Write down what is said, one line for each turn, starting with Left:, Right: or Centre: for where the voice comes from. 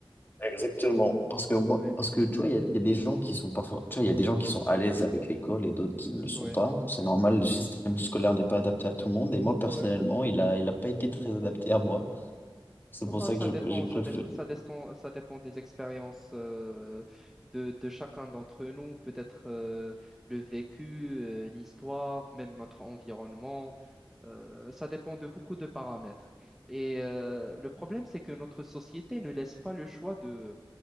Left: Exactement. Parce que moi,
Centre: Oui,
Left: parce que tu vois, il y a, il y a des gens qui sont pas, for- tu vois, il y a des gens qui sont à l'aise avec l'école et d'autres qui ne le sont
Centre: oui,
Left: pas. C'est normal, le système scolaire n'est pas adapté à tout le monde. Et moi, personnellement,
Centre: oui.
Left: il a, il a pas été très adapté à moi. C'est
Centre: Ah
Left: pour
Centre: bah,
Left: ça
Centre: ça
Left: que je,
Centre: dépend,
Left: j'ai préféré.
Centre: ça dépend, ça dépend, ça dépend des expériences euh, de, de chacun d'entre nous, peut-être euh, le vécu, euh, l'histoire, même notre environnement. Euh, ça dépend de beaucoup de paramètres. Et euh, le problème, c'est que notre société ne laisse pas le choix de,